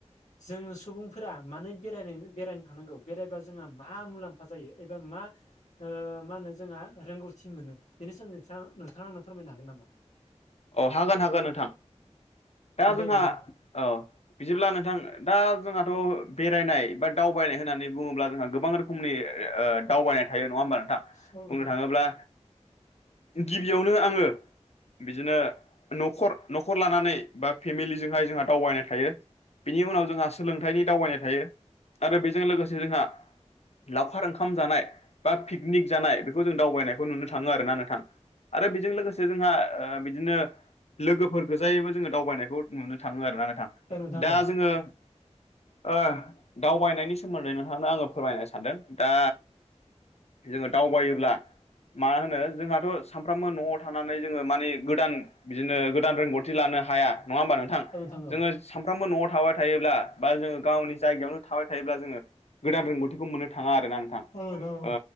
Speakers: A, on the left; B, on the left.
A: जों सुबुंफोरा मानो बेराय बेराय थानांगौ बेरायबा जोंहा मा मुलाम्फा जायो एबा मा मा होनो जोंहा रोंगौथि मोनो बे सोमोदै नोंथाङा नोंथाङा आंनो फोरमायनो हागोन नामा
B: औ हागोन हागोन नोंथां दा
A: औ
B: जोंहा
A: दे बिदि नोंथां
B: औ बिदिब्ला नोंथां दा जोंहाथ' बेरायनाय बा दावबायनाय होननानै बुङोब्ला जोंहा गोबां रोखोमनि ओ दावबायनाय थायो नङा होमबा नोंथां
A: औ नोंथां
B: बुंनो थाङोब्ला गिबियावनो आङो बिदिनो न'खर न'खर लानानै बा फेमिलिजों हाय जोंहा दावबायनाय थायो बिनि उनाव जोंहा सोलोंथाइनि दावबायनाय थायो आरो बेजों लोगोसे जोंहा लावखार ओंखाम जानाय बा पिकनिक जानाय बेखौ जों दावबायनायखौ नुनो थाङो आरोना नों थां आरो बेजों लोगोसे जोंहा ओ बिदिनो लोगोफोर गोजायैबो जोङो दावबायनायखौ नुनो थाङो आरो ना नोंथां
A: औ नोंथां
B: दा
A: औ
B: जोङो ओ दावबायनायनि सोमोन्दै नोंथांनो आङो फोरमायनो सानदों दा जोङो दावबायोब्ला मा होनो जोंहा सानफ्रामबो न'आव थानानै जोङो माने गोदान बिदिनो गोदान रोंगौथि लानो हाया नङा होमबा नोंथां
A: औ औ
B: जोङो सानफ्रोमबो न'आव थाबाय थायोब्ला बा जोङो गावनि जायगायावनो थाबाय थायोब्ला जोङो गोदान रों रोंगौथिखौ मोननो थाङा आरोना नोंथां
A: औ औ
B: ओ